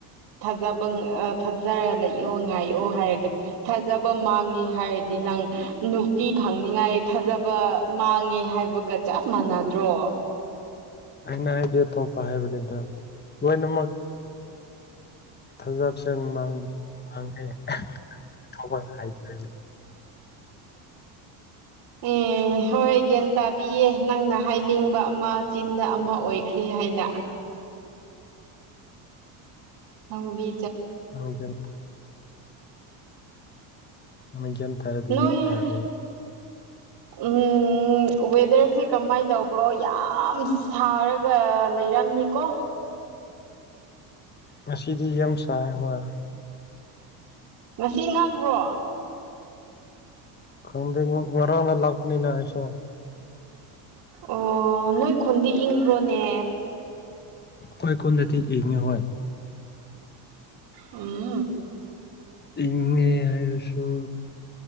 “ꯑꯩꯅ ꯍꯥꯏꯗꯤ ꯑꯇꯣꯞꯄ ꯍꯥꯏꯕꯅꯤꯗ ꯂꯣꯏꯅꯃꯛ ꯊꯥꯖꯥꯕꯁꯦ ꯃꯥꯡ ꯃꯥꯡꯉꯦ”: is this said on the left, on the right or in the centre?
Left